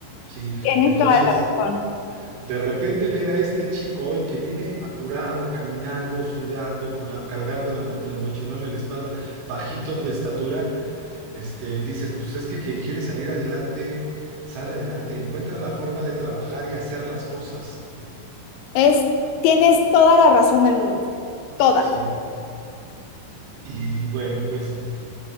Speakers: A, on the right (about 70°); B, on the left (about 85°).
A: Sí,
B: Tienes
A: entonces,
B: toda la razón.
A: de repente ver a este chico hoy que viene apurado, caminando, sudando, con la, cargando la mo- el mochilón en la espalda, bajito de estatura, este, dices, pues es que quien quiere salir adelante, sale adelante, encuentra la forma de trabajar y hacer las cosas.
B: Es, tienes toda la razón del mundo. Toda.
A: Sí, y bueno, pues